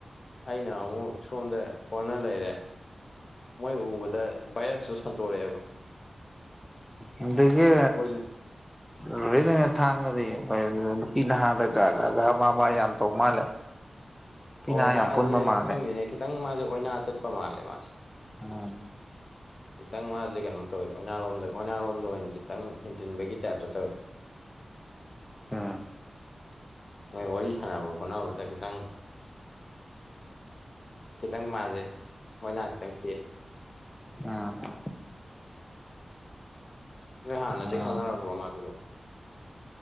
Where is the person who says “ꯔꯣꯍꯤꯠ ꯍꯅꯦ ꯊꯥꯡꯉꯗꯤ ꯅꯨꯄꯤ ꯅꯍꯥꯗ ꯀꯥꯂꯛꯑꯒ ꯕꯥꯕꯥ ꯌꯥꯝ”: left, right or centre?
Centre